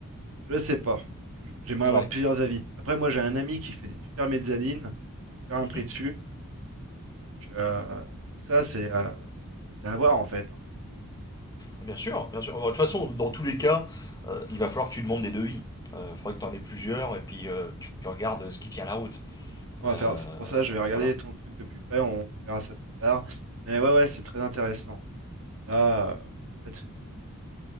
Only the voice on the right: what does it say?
Je sais pas. Moi, je- J'aimerais avoir
plusieurs avis. Après, moi, j'ai un ami qui fait des super mezzanines. Donc, il peut me faire un
prix dessus. Donc, euh, tout ça, c'est euh, c'est à voir en fait. hein.
On
va faire. C'est pour ça, je vais regarder
ton truc de plus près. On verra ça plus tard. Mais ouais, ouais, c'est très intéressant. Là, il n'y a pas de souci. hein.